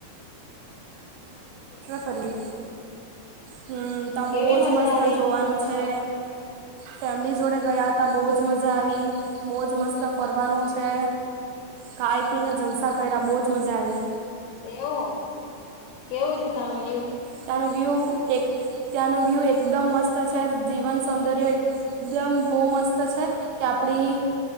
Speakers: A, on the left (about 90°); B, on the right (about 80°).
A: સગ મહારાષ્ર
B: ફરી હમ ત્યા
A: કેવી
B: બહજ
A: મજા
B: મસ્ત
A: આવી
B: જોવાનું
A: મહારાષ્ટ્ર
B: છે. ફેમિલી જોડે ગયા હતા બહજ મજા આવી. બહુ જ મસ્ત ફરવાનું છે ખાઈ પીને જલસા કર્યા બહુ જ મજા આવી.
A: એવ હમ કેવું છે તાનું વ્યુ
B: તનો વ્યુ એક. ત્યાંનો વ્યૂ એકદમ મસ્ત છે જીવન સૌંદર્ય એકદમ બહુ મસ્ત છે કે આપણી